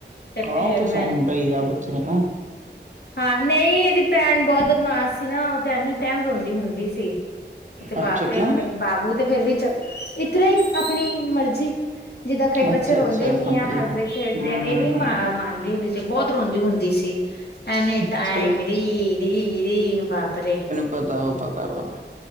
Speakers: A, on the left; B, on the right.
A: ਤੇ
B: ਆਹ
A: ਫੇਰ
B: ਉਹ ਤਾਂ ਸੌਣਦਾ
A: ਮੈਂ
B: ਹੀ ਆ ਬੱਚੇ ਨੂੰ
A: ਹਾਂ ਨਈ ਇਹਦੀ ਭੈਣ ਬਹੁਤ ਬਦਮਾਸ਼ ਸੀ ਨਾ ਉਹ ਤੇ ਐਨੀ ਟੈਮ ਰੋਂਦੀ ਹੁੰਦੀ ਸੀ। ਉਥੇ
B: ਅੱਛਾ
A: ਵਾਪਰੇ
B: ਕਿਉਂ
A: ਹੋਣੇ ਬਾਬੂ ਤੇ ਫਿਰ ਵੀ ਇ ਤਰ੍ਹਾਂ ਈ ਆਪਣੀ ਮਰਜ਼ੀ ਜਿੱਦਾਂ ਕਈ
B: ਅੱਛਾ
A: ਬੱਚੇ ਰੋਂਦੇ
B: ਅੱਛਾ
A: ਨੇ
B: ਸਮਝ
A: ਯਾ
B: ਗਈ
A: ਹੱਸਦੇ
B: ਮੈਂ।
A: ਖੇਡਦੇ
B: ਹੂੰ
A: ਆ ਇਹ
B: ਹੂੰ
A: ਨਹੀਂ ਮ
B: ਹੂੰ
A: ਮਾਨਦੀ ਹੁੰਦੀ ਸੀ। ਤੇ ਬਹੁਤ ਰੋਂਦੀ ਹੁੰਦੀ ਸੀ ਐਨੀ ਟਾਇਮ
B: ਚਲ
A: ਰੀ- ਰੀ-ਰੀ ਵਾਪਰੇ
B: ਭਰਦਾ ਵਾ ਭਰਦਾ ਵਾ